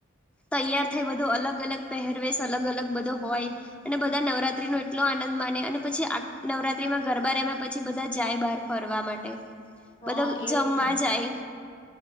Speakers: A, in the centre; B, on the left (about 25°).
A: તૈયાર થાય બધો અલગ અલગ પેહેરવેશ અલગ અલગ બધો હોય. અને બધા નવરાત્રી નો એટલો આનંદ માને અને પછી નવરાત્રીમાં ગરબા રેવા પછી બધા જાય બહાર ફરવા માટે.
B: હા
A: બધા
B: એજ
A: જમવા
B: ને
A: જાય.